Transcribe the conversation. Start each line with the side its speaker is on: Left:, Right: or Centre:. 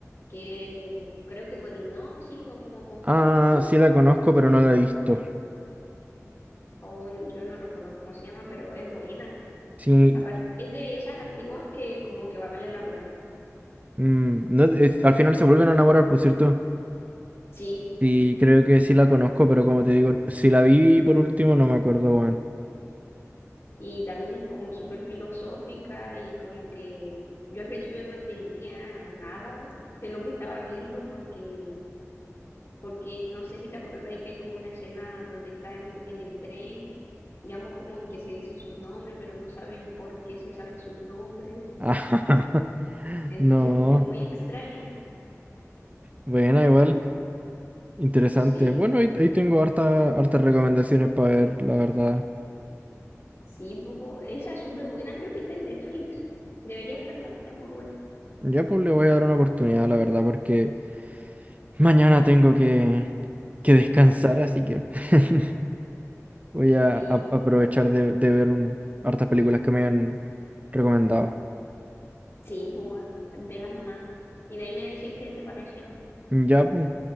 Left: que creo que con hipnosis o como con
Right: Ah,
Left: cosas así,
Right: sí la conozco, pero no la he visto.
Left: o yo no recuerdo cómo se llama, pero es buena.
Right: Sí,
Left: Aparte, es de esas antiguas que como que vale la pena ver.
Right: mm, no, es- al final se vuelven a enamorar, por cierto.
Left: Sí,
Right: Y creo que sí la conozco, pero como te digo, si la vi por último, no me acuerdo, bueno.
Left: y también es como súper filosófica y como que yo al principio no entendía nada de lo que estaba viendo porque porque no sé si te acordáis que hay como una escena donde están en el tren y ambos como que se dicen sus nombres, pero no saben por qué se saben sus nombres.
Right: <laughs>
Left: Entonces,
Right: No,
Left: como muy extraña.
Right: buena igual. Interesante.
Left: Sí,
Right: Bueno, ahí, ahí tengo harta, hartas recomendaciones para ver, la verdad.
Left: sí, po, esa es súper buena, creo que está en Netflix. Deberías verla, es muy buena.
Right: Ya pues le voy a dar una oportunidad, la verdad, porque mañana tengo que, que descansar, así que <laughs> voy a,
Left: Sí,
Right: a-
Left: po,
Right: aprovechar de, de ver un- hartas películas que me han recomendado.
Left: sí, po, velas nomás. Y de ahí me decís qué te parecieron. po.
Right: Ya pues.